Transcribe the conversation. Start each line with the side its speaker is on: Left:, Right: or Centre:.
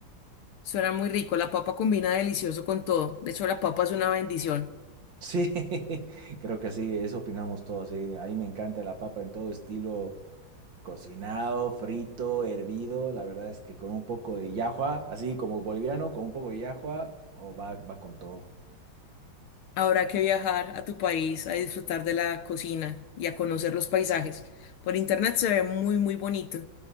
Left: suena muy rico. La papa combina delicioso con todo. De hecho, la papa es una bendición.
Right: Sí, <laughs> creo que sí, eso opinamos todos, sí. A mí me encanta la papa en todo estilo, cocinado, frito, hervido. La verdad es que con un poco de llajua, así como boliviano, con un poco de llajua, o va, va con todo.
Left: Habrá que viajar a tu país a disfrutar de la cocina y a conocer los paisajes. Por internet se ve muy, muy bonito.